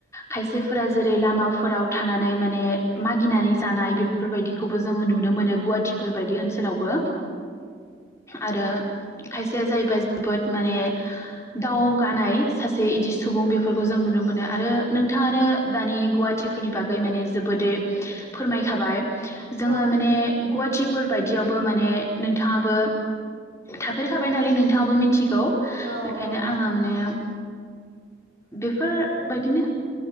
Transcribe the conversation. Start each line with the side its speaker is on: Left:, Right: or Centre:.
Left: खायसे फोरा जेरै लामाफोराव थानानै माने मागिनानै जानाय बेफोरबायदिखौबो जोङो नुनो मोनो गुवाहाटिफोरबायादि ओनसोलावबो आरो खायसेया जाहैबाय जोबोद माने दावगानाय सासे इदि सुबुं बेफोरखौ जों नुनो मोनो आरो नोंथाङानो। दानि गुवाहाटिफोरनि बागै माने जोबोदै फोरमायखाबाय। जोङो
Right: औ
Left: माने गुवाहाटिफोर बायदियावबो माने नोंथाङाबो थाफेरखाबाय नालाय नोंथाङाबो मिथिगौ
Right: औ
Left: बेखायनो
Right: औ
Left: आङो माने बेफोर बायदिनो